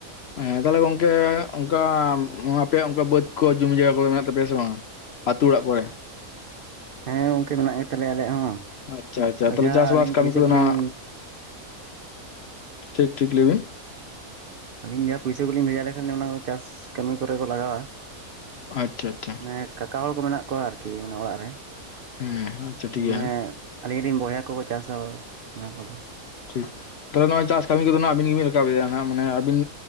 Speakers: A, on the left; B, on the right.
A: ᱮ ᱛᱟᱦᱚᱞᱮ ᱜᱚᱝᱠᱮ ᱚᱱᱠᱟ ᱟᱯᱮᱭᱟᱜ ᱚᱱᱠᱟ ᱵᱟᱹᱫ ᱠᱚ ᱡᱚᱢᱤ ᱡᱟᱭᱜᱟ ᱠᱚᱫᱚ ᱢᱮᱱᱟᱜ ᱛᱟᱯᱮᱭᱟ ᱥᱮ ᱵᱟᱝᱟ? ᱟᱛᱩ ᱚᱲᱟᱜ ᱠᱚᱨᱮ
B: ᱦᱮᱸ ᱜᱚᱝᱠᱮ ᱢᱮᱱᱟᱜ ᱜᱮᱛᱟᱞᱮᱭᱟ ᱟᱞᱮᱭᱟᱜ ᱦᱚᱸ
A: ᱟᱪᱪᱷᱟ ᱟᱪᱪᱷᱟ ᱛᱟᱦᱞᱮ
B: ᱡᱟᱦᱟᱸ
A: ᱪᱟᱥ
B: ᱟᱹᱞᱤᱧ
A: ᱵᱟᱟᱥ ᱠᱟᱢᱤ
B: ᱯᱩᱭᱥᱟᱹ
A: ᱠᱚᱫᱚ
B: ᱠᱚᱞᱤᱧ
A: ᱱᱟᱜ ᱴᱷᱤᱠ ᱴᱷᱤᱠ ᱞᱟᱹᱭᱵᱤᱱ
B: ᱟᱹᱞᱤᱧ ᱡᱟᱦᱟᱸ ᱯᱩᱭᱥᱟᱹ ᱠᱚᱞᱤᱧ ᱵᱷᱮᱡᱟ ᱞᱮᱠᱷᱟᱱ ᱚᱱᱟ ᱠᱚ ᱪᱟᱥ ᱠᱟᱢᱤ ᱠᱚᱨᱮ ᱠᱚ ᱞᱟᱜᱟᱣᱟ
A: ᱟᱪᱪᱷᱟ ᱟᱪᱪᱷᱟ
B: ᱮᱜ ᱠᱟᱠᱟ ᱦᱚᱲ ᱠᱚ ᱢᱮᱱᱟᱜ ᱠᱚᱣᱟ ᱟᱨᱠᱤ ᱚᱱᱮ ᱚᱲᱟᱜ ᱨᱮ
A: ᱦᱮᱸ ᱟᱪᱪᱷᱟ ᱴᱷᱤᱠ ᱜᱮᱭᱟ
B: ᱢᱟᱱᱮ ᱟᱞᱤᱧ ᱨᱮᱱ ᱵᱚᱭᱦᱟ ᱠᱚᱠᱚ ᱪᱟᱥᱟ ᱚᱱᱟ ᱠᱚᱫᱚ
A: ᱴᱷᱤᱠ ᱛᱚᱵᱮ ᱱᱚᱜᱚᱭ ᱪᱟᱥ ᱠᱟᱹᱢᱤ ᱠᱚᱫᱚᱱᱟᱜ ᱟᱵᱤᱱ ᱜᱮᱵᱤᱱ ᱨᱟᱠᱟ ᱮᱜ-ᱟ ᱱᱟᱜ ᱢᱟᱱᱮ ᱟᱵᱤᱱ